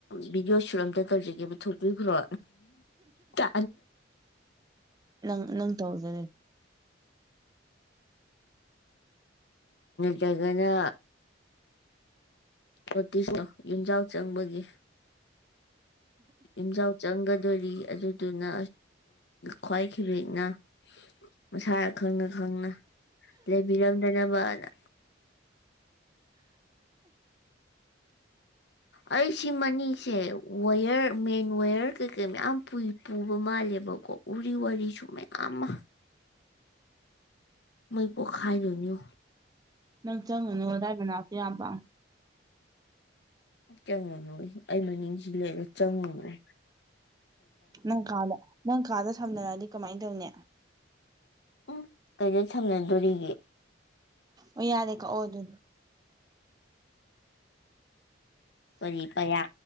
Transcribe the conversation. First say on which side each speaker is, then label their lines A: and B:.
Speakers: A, on the left; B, on the right.
A: ꯚꯗꯤꯑꯣ ꯁꯨꯠ ꯑꯝꯇ ꯇꯧꯖꯒꯦꯕ ꯊꯣꯛꯄꯤꯈ꯭ꯔꯣ ꯇ
B: ꯅꯪ ꯅꯪ ꯇꯧꯗꯦ
A: ꯇꯒꯅ ꯅꯣꯇꯤꯁꯅꯣ ꯌꯨꯝꯖꯥꯎ ꯆꯪꯕꯒꯤ ꯌꯨꯝꯖꯥꯎ ꯆꯪꯒꯗꯣꯔꯤ ꯑꯗꯨꯗꯨꯅ ꯈ꯭ꯋꯥꯏꯈꯤꯕꯈꯤꯕꯅ ꯃꯁꯥꯅ ꯈꯪꯅ ꯈꯪꯅ ꯂꯩꯕꯤꯔꯝꯗꯅꯕꯅ ꯑꯩ ꯁꯤꯃꯅꯤꯁꯦ ꯋꯥꯋꯌꯔ ꯃꯦꯟ ꯋꯦꯌꯔ ꯀꯩꯀꯩ ꯃꯌꯥꯝ ꯄꯨꯕ ꯃꯥꯜꯂꯦꯕꯀꯣ ꯎꯔꯤ ꯋꯥꯔꯤ ꯁ ꯃꯌꯥꯝ ꯑꯃ ꯃꯣꯏ ꯄꯣ ꯈꯥꯏ ꯂꯨꯅꯣ
B: ꯅꯪ ꯆꯪꯉꯨꯅꯨ ꯑꯗꯥꯏ ꯃꯅꯥꯛꯇ ꯌꯥꯝꯕ
A: ꯆꯪꯉꯣꯅꯨ ꯑꯩ ꯃꯅꯤꯡꯁꯤ ꯂꯩꯒ ꯆꯪꯉꯨꯅ
B: ꯅꯪ ꯀꯥꯗ ꯅꯪ ꯀꯥꯗ ꯁꯝꯅꯔꯛꯑꯗꯤ ꯀꯃꯥꯏꯅ ꯇꯧꯅꯤ
A: ꯎꯝ ꯀꯩꯗ ꯁꯝꯅꯗꯣꯔꯤꯒꯦ
B: ꯑꯣ ꯌꯥꯔꯦ ꯀꯣꯗ
A: ꯀꯔꯤ ꯄꯌꯥ